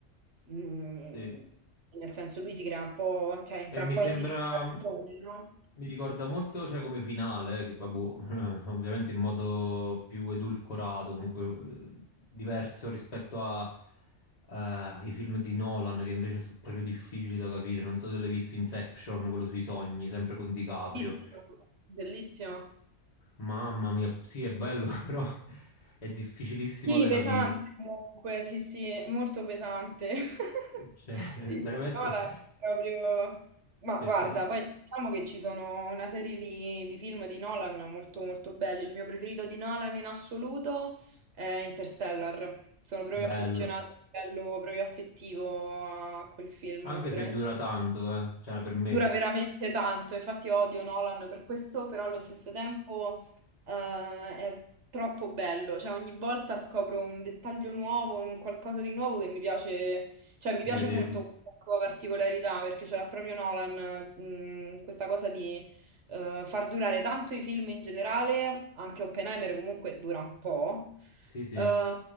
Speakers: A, on the right; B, on the left.
A: Mm,
B: sì.
A: nel senso lui si crea un po', cioè entra
B: E mi
A: un po'
B: sembra,
A: in dissociazione,
B: mi
A: no?
B: ricorda molto cioè, come finale, eh, che vabbè, <laughs> ovviamente in modo più edulcorato, comunque eh, diverso rispetto a, eh, ai film di Nolan, che invece sono proprio difficili da capire. Non so se l'hai visto Inception, quello sui sogni, sempre con DiCaprio.
A: Bellissimo, bellissimo.
B: Mamma mia, sì, è bello, <laughs> però è difficilissimo
A: Sì,
B: da
A: pesante
B: capire.
A: comunque, sì, sì, molto pesante. <laughs>
B: Cioè,
A: Sì,
B: <laughs> veramente
A: sì, no, la- proprio... Ma
B: per
A: guarda,
B: capire.
A: poi diciamo che ci sono una serie di, di film di Nolan molto molto belli. Il mio preferito di Nolan in assoluto è Interstellar. Sono proprio
B: Bello.
A: affezionata a livello proprio affettivo a quel film,
B: Anche
A: veramente
B: se dura tanto,
A: bello.
B: eh. Cioè, per me,
A: Dura veramente tanto, infatti odio Nolan per questo, però allo stesso tempo eh, è troppo bello, cioè ogni volta scopro un dettaglio nuovo, un qualcosa di nuovo che mi piace, cioè mi
B: rivederlo.
A: piace molto questa sua particolarità perché ce l'ha proprio Nolan, mh, questa cosa di eh, far durare tanto i film in generale, anche Oppenheimer comunque dura un po',
B: Sì, sì,
A: eh,